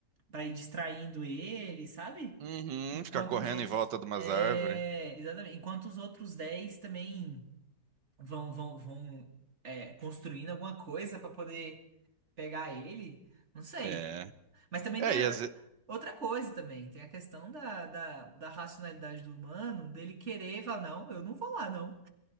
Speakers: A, on the right; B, on the right.
A: para ir distraindo ele, sabe?
B: Uhum,
A: Enquanto
B: ficar correndo
A: os outros
B: em volta de umas
A: é,
B: árvores.
A: exatamente, enquanto os outros 10 também vão vão vão é, construindo alguma coisa para poder pegar ele, não sei.
B: É.
A: Mas também
B: É,
A: tem a-
B: e às vezes.
A: outra coisa também, tem a questão da, da, da racionalidade do humano, dele querer falar, não, eu não vou lá, não.